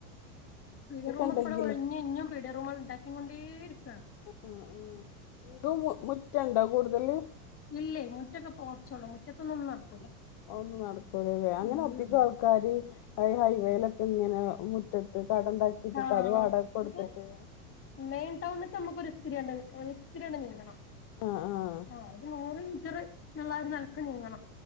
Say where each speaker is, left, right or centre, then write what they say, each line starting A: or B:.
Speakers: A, on the left; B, on the left.
A: പിടിയ റൂമൊക്കെഇപ്പളും
B: ഇണ്ടെങ്കില്
A: ഇവിടെ ഒഴിഞ്ഞഞ്ഞ്ഞും പിടിയ റൂമൾ ഉണ്ടാക്കി കൊണ്ടേ ഇരിക്കാണ്.
B: ഉം ഉം ന്തോമുറ്റണ്ടോ കൂടുതല്?
A: ഇല്ലേ മുറ്റൊക്കെ പോർച്ചോളൂ മുറ്റത്തൊന്നും ഒന്നും നടക്കൂല.
B: ഒന്നും നടക്കൂലല്ലേ അങ്ങനെ
A: ഉം
B: അധികം ആൾക്കാര് ഹൈവേയിലൊക്കെ ഇങ്ങനെ മുറ്റത്ത് കട ഉണ്ടാക്കിട്ടിട്ട്
A: ആഹ്
B: അത് വാടക കൊടുത്തിട്ട്
A: ഇത് മെയിൻ ടൗണിക് നമുക്കോരിത്തിരിയൊണ്ട് ഒരുരിത്തിയട് നീങ്ങണം.
B: ആ ആഹ്
A: ആ അത് നൂറ് മീറ്റർന്ന്ള്ളാര് നെലക്ക് നീങ്ങണം